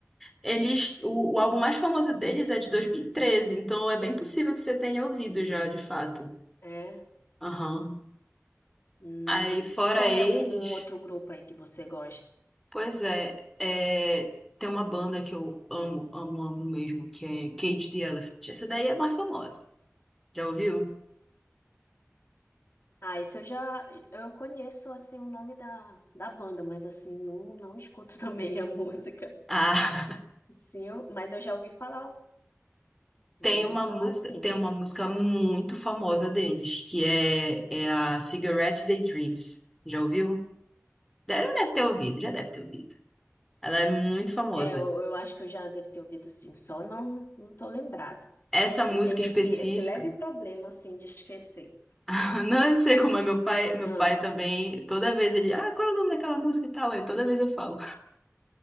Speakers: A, in the centre; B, on the left.
A: Eles.
B: Hum.
A: O, o álbum mais famoso deles é de 2013, então é bem possível que você tenha ouvido já, de fato.
B: É.
A: Aham.
B: Hum,
A: Aí, fora
B: e qual
A: eles.
B: é um, um outro grupo aí que você gosta?
A: Pois é, é, tem uma banda que eu amo, amo, amo mesmo, que é Cage the Elephant. Essa daí é mais famosa. Já ouviu?
B: Ah, esse eu já eu conheço assim o nome da, da banda, mas assim não, não escuto <laughs> também a música.
A: Ah,
B: Sim, eu- mas eu já ouvi falar, ó.
A: <laughs>
B: já
A: tem
B: ouvi
A: uma
B: falar
A: música,
B: sim.
A: tem uma música muito famosa deles, que é, é a Cigarette Daydreams. Já ouviu? Já deve ter ouvido, já deve ter ouvido. Ela é muito famosa.
B: É, eu, eu acho que eu já devo ter ouvido sim, só não não tô lembrada.
A: Essa
B: Que
A: música
B: eu tenho
A: específica,
B: esse esse leve problema assim de esquecer.
A: <laughs> não eu sei como é meu pai, meu
B: Ah,
A: pai também, toda vez ele, ah, qual é o nome daquela música e tal, aí toda vez eu falo.